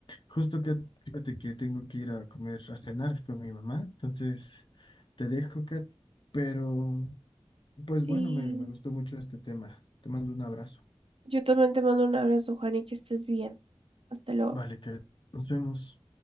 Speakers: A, on the left; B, on the right.
A: justo que fíjate que tengo que ir a comer, a cenar con mi mamá, entonces te dejo, Kat, pero pues bueno,
B: Sí,
A: me, me gustó mucho este tema. Te mando un abrazo.
B: yo también te mando un abrazo, Juan, y que estés bien. Hasta luego.
A: Vale, Kat, nos vemos.